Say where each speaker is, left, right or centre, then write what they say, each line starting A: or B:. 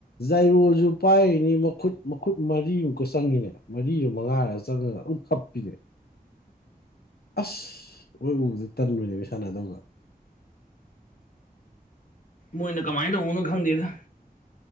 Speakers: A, on the left (about 85°); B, on the left (about 55°).
A: ꯖꯥꯏꯔꯣꯁꯨ ꯄꯥꯏꯔꯤꯅꯤ ꯃꯈꯨꯠ ꯃꯈꯨꯠ ꯃꯔꯤꯃꯨꯛꯀ ꯆꯪꯉꯤꯅꯦ ꯃꯔꯤꯔꯥ ꯃꯉꯥꯔꯒ ꯆꯪꯉꯒ ꯑꯗꯨꯝ ꯀꯞꯄꯤꯅꯦ ꯑꯁ ꯃꫭꯏ ꯎꯕꯗ ꯇꯟꯕꯅꯦꯕ ꯁꯥꯟꯅꯗꯨꯒ
B: ꯃꯣꯏꯅ ꯀꯃꯥꯏꯅ ꯇꯧꯅꯣ ꯈꯪꯗꯦꯗ